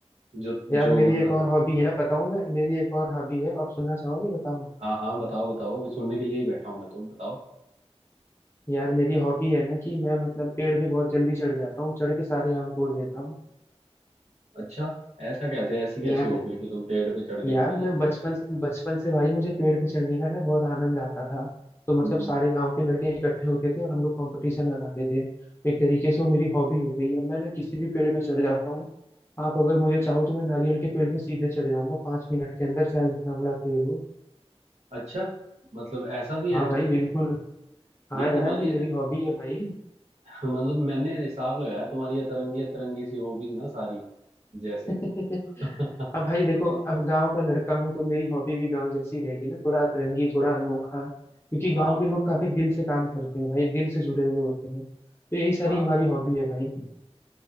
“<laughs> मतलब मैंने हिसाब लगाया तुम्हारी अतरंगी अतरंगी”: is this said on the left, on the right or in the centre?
Right